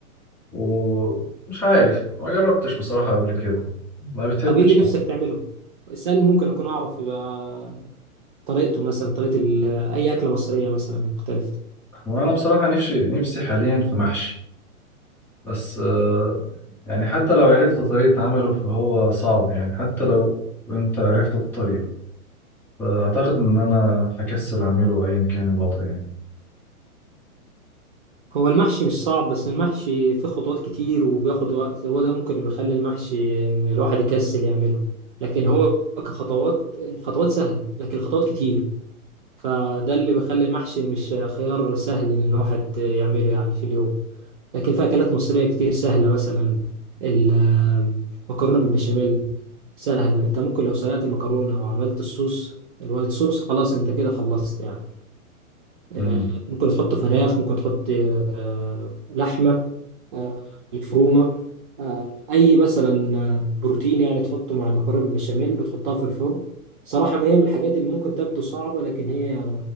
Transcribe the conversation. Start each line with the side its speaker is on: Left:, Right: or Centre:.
Centre: ومش عارف ما جربتش بصراحة قبل كده ما بتفتش
Right: طب إيه اللي نفسك تعمله؟ اسألني ممكن أكون أعرف يبقى طريقته مثلا طريقة ال- أي أكلة مصرية مثلا مختلفة
Centre: هو أنا بصراحة نفسي نفسي حاليا في محشي بس آه، يعني حتى لو عرفت طريقة عمله فهو صعب يعني حتى لو أنت عرفت الطريقة فأعتقد إن أنا هكسل أعمله أيا كان الوضع يعني
Right: هو المحشي مش صعب بس المحشي فيه خطوات كتير وبياخد وقت هو ده ممكن اللي بيخلي المحشي إن الواحد يكسل يعمله لكن هو كخطوات الخطوات سهلة لكن الخطوات كتير فده اللي بيخلي المحشي مش خيار سهل إن الواحد يعمله يعني في اليوم لكن في أكلات مصرية كتير سهلة مثلا المكرونة بالبشاميل سهلة أنت ممكن لو سلقت المكرونة وعملت الصوص الوايت صوص خلاص أنت كده خلصت يعني
Centre: مم.
Right: آه، ممكن تحط فراخ ممكن تحط آه، لحمة آه، مفرومة آه، أي مثلا آه، بروتين يعني تحطه مع المكرونة بالبشاميل وتحطها في الفرن صراحة ما هي من الحاجات اللي ممكن تبدو صعبة لكن هي